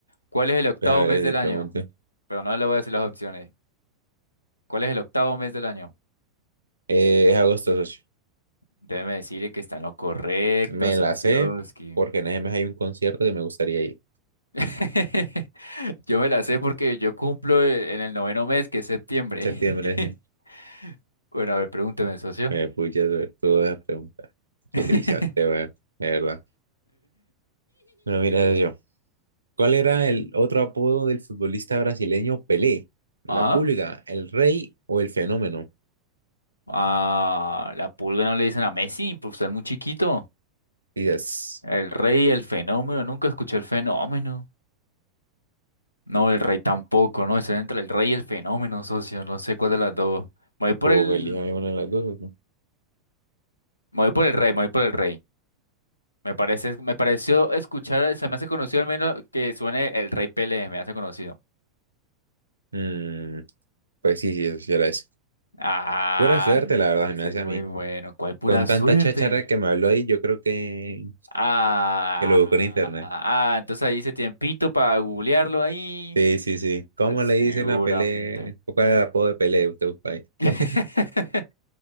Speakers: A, on the left; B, on the right.
A: ¿Cuál es
B: <clears throat>
A: el octavo
B: A ver,
A: mes del
B: si pregunto.
A: año? Pero no le voy a decir las opciones. ¿Cuál es el octavo mes del año?
B: Eh, es agosto, socio.
A: Déjeme decirle que está en lo correcto,
B: Me
A: Socioski.
B: la sé porque en ese mes hay un concierto que me gustaría ir.
A: <laughs> Yo me la sé porque yo cumplo e- en el noveno mes, que es septiembre.
B: En septiembre,
A: <laughs>
B: sí.
A: Bueno, a ver, pregúnteme, socio.
B: Me pucha sobre todas las preguntas
A: <laughs>
B: que le hice antes, weón. De verdad. Bueno, mira, socio. ¿Cuál era el otro apodo del futbolista brasileño Pelé? ¿La
A: Ajá.
B: pulga, el rey o el fenómeno?
A: Ah, la pulga no le dicen a Messi, pues está muy chiquito.
B: Dices,
A: El rey, el fenómeno, nunca escuché el fenómeno. No, el rey tampoco, ¿no? Está entre el rey y el fenómeno, socio. No sé cuál de las dos. Me voy por
B: o
A: el,
B: elija alguna de las dos, socio.
A: me voy por el rey, me voy por el rey. Me parece, me pareció escuchar, se me hace conocido al menos que suene el Rey Pelé, me hace conocido.
B: Mm, pues sí, sí, socio, era eso.
A: Ah,
B: Pura suerte, la verdad,
A: yo
B: se me
A: soy
B: hace
A: muy
B: a mí.
A: bueno. ¿Cuál pura
B: Con
A: suerte?
B: tanta cháchara que me habló ahí, yo creo que,
A: Ah,
B: que lo buscó en internet.
A: ah, entonces ahí hice tiempito para googlearlo ahí.
B: Sí, sí, sí. ¿Cómo
A: Ah, Seguramente.
B: le dicen a Pelé? ¿Cuál era el apodo de Pelé? Usted busca ahí.
A: <laughs>
B: <laughs>